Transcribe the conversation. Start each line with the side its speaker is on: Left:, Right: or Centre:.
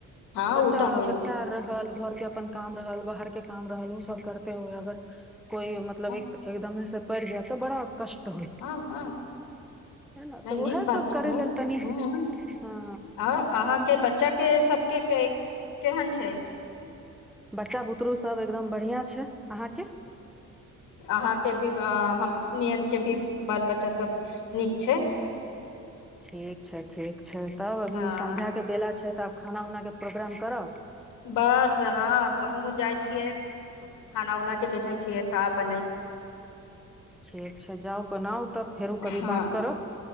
Left: हँ
Centre: बच्चा
Left: ओ तऽ होइ
Centre: बच्चा रहल घर के अपन काम रहल बाहर के काम रहल ओ सब करे हुए अगर कोइ मतलब
Left: हँ
Centre: एक एकदम पर जात त बड़ा कष्ट होइ
Left: हँ हँ
Centre: है ने तऽ
Left: नीक
Centre: उएह
Left: बात
Centre: सब
Left: छै
Centre: करे लेल तनी
Left: ह
Centre: हँ
Left: आ अहाँके बच्चा के सब के के केहन छै
Centre: बच्चा बुतरु सब एकदम बढ़ियां छै अहाँके
Left: अहाँके भी हमनियनके भी बाल बच्चासभ नीक छै
Centre: ठीक छै ठीक छै तब अभी
Left: हँ
Centre: सन्ध्याके बेला छै तऽब खाना उना के प्रोग्राम कर
Left: बस हँ हमहुँ जाइ छियै खाना उना के देखै छि यै का बनेै
Centre: ठीक छै जाउ बनाउ तब फेरो कभी
Left: हँ
Centre: बात करब